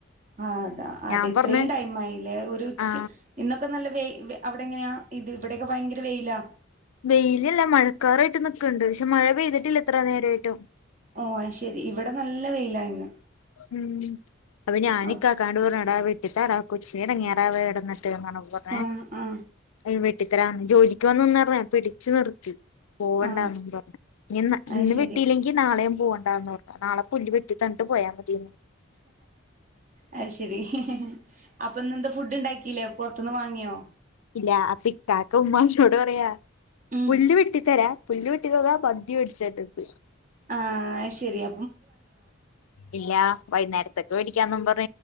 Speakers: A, on the right (about 35°); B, on the left (about 85°).
A: ആ അതാ അതെ
B: ഞാൻ
A: ഇത്രയും
B: പറഞ്ഞ്
A: ടൈം ആയില്ലേ ഒരു ഉച്ച
B: ആ
A: ഇന്നൊക്കെ നല്ല വെയിൽ അവിടെ എങ്ങനെയാ ഇത് ഇവിടെയൊക്കെ ഭയങ്കര വെയിലാ.
B: വെയിലല്ല മഴക്കാറായിട്ട് നിക്ക്ണ്ട് പക്ഷെ മഴ പെയ്തിട്ടില്ല ഇത്ര നേരമായിട്ടും.
A: ഓ അത് ശരി ഇവിടെ നല്ല വെയില ഇന്ന്.
B: ഉം അപ്പൊ ഞാനി
A: ആ
B: കാക്കാണ്ടൂപറഞ്ഞു ടാ വെട്ടി താടാ കൊച്ചിന് ഇടങ്ങിയറ ആവേടെന്ന് പറഞ്ഞ പറഞ്ഞെ
A: ആ ആ
B: അ വെട്ടിത്തര ജോലിക്ക് പോവാൻ നിന്ന പിടിച്ചു നിർത്തി. പോവണ്ടന്ന്
A: ആ
B: പറഞ്ഞ ഇനി എന്ന
A: അത്
B: ഇന്ന്
A: ശരി
B: വിട്ടില്ലെങ്കി നാളേം പോവണ്ടന്ന് പറഞ്ഞു നാളെ പുല് വെട്ടി തന്ന്ട്ട് പോയാ മതിഎന്ന്
A: അയ് ശരി അപ്പൊന്നന്താ ഫുഡ് ഉണ്ടാക്കില്ലേ അപ്പൊ ത്ത്ന്ന് വാങ്ങിയോ
B: ഇല്ല അപ്പിക്കാക്ക ഉമ്മന്നോട് പറയാ
A: ഉം
B: പുല്ല് വെട്ടിത്തരാ പുല് വെട്ടിതന്ന മന്തി മെടിച്ചേരന്ന്
A: ആഹ് അയ് ശരിയ
B: ഇല്ല വൈന്നേരത്തെക്ക് മേടിക്കാന്നുപാ